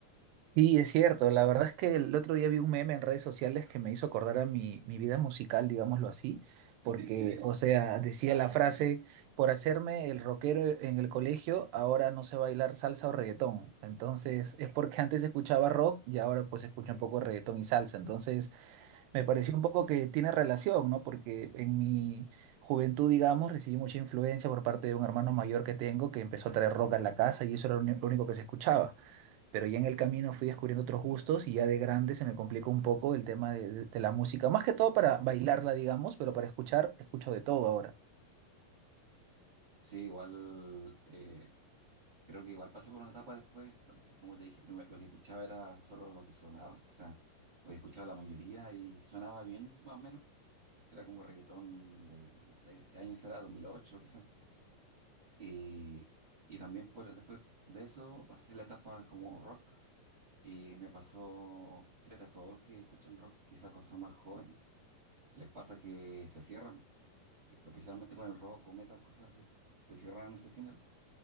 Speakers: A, on the right; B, on the right.
A: Sí, es cierto. La verdad es que el otro día vi un meme en redes sociales que me hizo acordar a mi, mi vida musical, digámoslo así, porque, o sea, decía la frase, por hacerme el rockero en el colegio, ahora no sé bailar salsa o reggaetón. Entonces, es porque antes escuchaba rock y ahora pues escucho un poco de reggaetón y salsa. Entonces, me pareció un poco que tiene relación, ¿no? Porque en mi juventud, digamos, recibí mucha influencia por parte de un hermano mayor que tengo que empezó a traer rock a la casa y eso era lo uni- lo único que se escuchaba pero ya en el camino fui descubriendo otros gustos y ya de grande se me complicó un poco el tema de, de- de la música, más que todo para bailarla, digamos, pero para escuchar, escucho de todo ahora.
B: Sí, igual. eh, Creo que igual pasé por una etapa después, bueno, que como te dije primero, lo que escuchaba era solo lo que sonaba, o sea, lo que escuchaba la mayoría y sonaba bien, más o menos. Era como reggaetón de, no sé, qué años era, 2008 quizás. Y, y también por, después de eso pasé la etapa como rock y me pasó, creo que a todos los que escuchan rock, quizás cuando son más jóvenes, les pasa que se cierran, especialmente con el rock o metal, cosas así, se cierran en ese género.